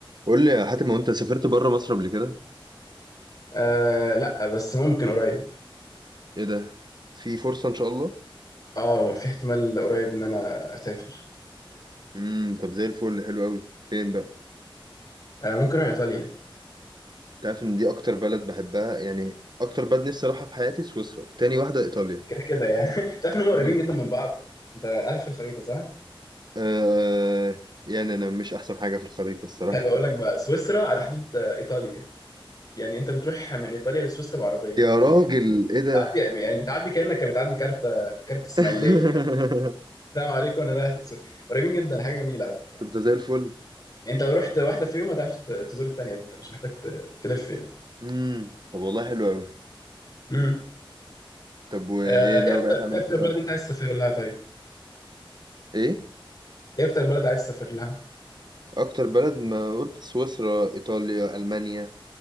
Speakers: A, on the right; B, on the left.
A: قول لي يا حاتم هو انت سافرت بره مصر قبل كده
B: آه لا بس ممكن قريب
A: ايه ده في فرصه ان شاء الله
B: اه في احتمال قريب ان انا اسافر
A: امم طب زي الفل حلو قوي فين بقى
B: آه ممكن اروح ايطاليا
A: تعرف ان دي اكتر بلد بحبها يعني اكتر بلد نفسي اروحها في حياتي سويسرا تاني واحده ايطاليا
B: كده كده يعني <laughs> تعرف ان هم قريبين
A: مم.
B: جدا من بعض انت عارف الخريطه صح
A: آه يعني انا مش احسن حاجه في الخريطه الصراحه
B: حلو اقول لك بقى سويسرا على حدود آه، ايطاليا يعني انت بتروح من ايطاليا لسويسرا بعربيه
A: يا
B: يعني
A: راجل ايه ده
B: بتعدي يعني بتعدي كانك بتعدي كارت كارت
A: <laughs>
B: اسماعيليه فاهم السلام عليكم انا رايح السو- قريبين جدا حاجه جميله على فكره يعني
A: طب ده زي الفل
B: يعني انت لو رحت واحده فيهم هتعرف ت- تزور التانيه فانت مش محتاج ت- تلف يعني
A: امم طب والله حلو قوي
B: امم
A: طب وايه
B: آه،
A: ناوي
B: ايه اكتر
A: بقى تعمل
B: إيه
A: ايه
B: اكتر
A: في ايطاليا
B: بلد انت عايز تسافر لها طيب
A: ايه
B: ايه اكتر بلد عايز تسافر لها
A: اكتر بلد ما قلت سويسرا ايطاليا المانيا